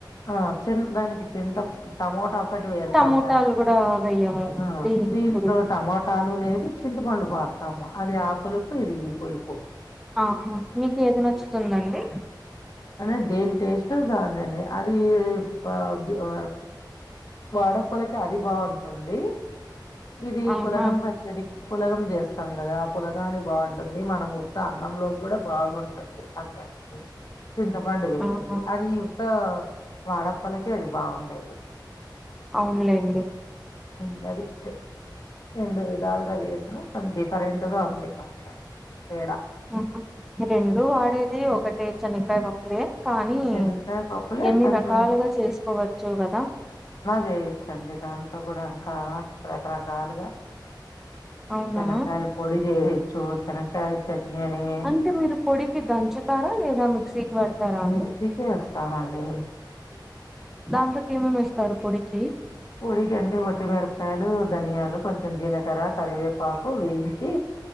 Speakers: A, on the left; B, in the centre.
A: ఆ చి దానికి చింత టమోటా ఒకటి వేస్తాం
B: టమోటాలు
A: దానికి
B: కూడా వెయ్యము
A: ఆ
B: దీనికి
A: దీంట్లో
B: ఇప్పుడు
A: టమోటాలు లేదు చింతపండు వాడతాము అది ఆ పులుపు ఇది ఈ పులుపు
B: ఆహా మీకు ఏది నచ్చుతుందండి
A: అన దేన్ టేస్ట్ దాందే అండి అదీ ప ఆ వాడప్పలకి అది బాగుంటుంది ఇదీ
B: ఆహా
A: పులగం పచ్చడి పులగం జేస్తాం గదా పులగాని బాగుంటుంది మనము ఉత్త అన్నంలో గూడా బాగుంటుంది అ స పు చింతపండు వేసింది
B: ఆహా
A: అది యుత్త వాడప్పలకే అది బాగుండేది
B: అవున్లేండి
A: <unintelligible> రెండు విధాలుగా చేసిన కాన్ డిఫరెంట్గా ఉంది కొంచెం తేడా
B: ఊహు రెండూ వాడేది ఒకటే చనే క రొండే కానీ
A: శనగకాయ పప్పులే
B: ఎన్ని
A: దాంట్లో
B: రకాలుగా చేసుకోవచ్చో గదా
A: జేయోచ్చండి దానిక్ అగుడంకా రకరకాలుగా
B: అవునా
A: శనక్కాయల పొడి జేసి శెనక్కాయాల చట్ని అని ఏసి
B: అంటే మీరు పొడికి దంచుతారా లేదా మిక్సీకి పెడతారా అండి
A: మిక్సీకే ఏస్తామండి
B: దాంతోకి ఏమేమి ఎస్తారు పొడికి
A: పొడికంటే ఒట్టిమిరపాయలు, ధనియాలు, కొంచెం జీలకర్ర, కరివేపాకు, వేయించీ.